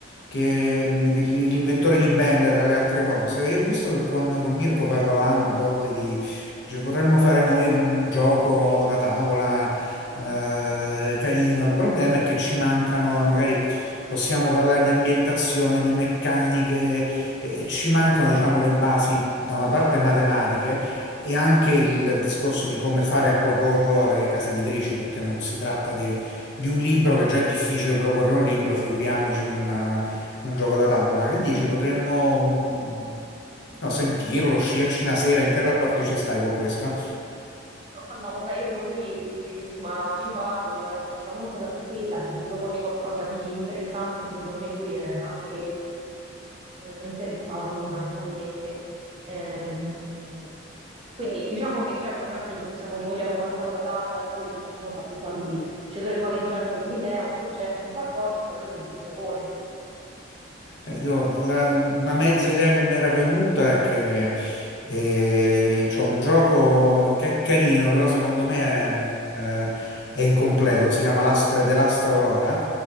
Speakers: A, on the left; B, on the right.
A: che mm, di- l'inventore di Benga, tra le altre cose. E visto che con, con Mirko parlavamo a volte di, cioè, potremmo fare noi un gioco da tavola eh, carino. Il problema è che ci mancano, magari possiamo parlare di ambientazione, di meccaniche, e e ci mancano, diciamo, le basi da una parte matematiche e anche il, il discorso di come fare a proporlo alle case editrici, perché non si tratta de- di un libro, che già è difficile proporre un libro, figuriamoci un, eh, un gioco da tavola. Che dici? Potremmo mm, no, sentirlo, uscirci una sera, in che rapporti ci stai con questo?
B: Ah, No, vabbè, io con lui, insomma, ci parlo, eh, sono molto tranquilla, se gli proponi qualcosa di interessante, secondo me lui è anche eh, interessato fondamentalmente. Ehm, quindi diciamo che certo non è che gli possiamo dire vogliamo fare un gioco da tavola e poi dopo gli facciamo fare tutto a lui, ci dovremmo avere già noi un'idea, un progetto, un qualcosa e poi dopo gli si propone.
A: Eh, Io, la- una mezza idea che mi era venuta è che eh, c'è un gioco che è carino, però secondo me è, eh, è incompleto, si chiama Last, The Last Aurora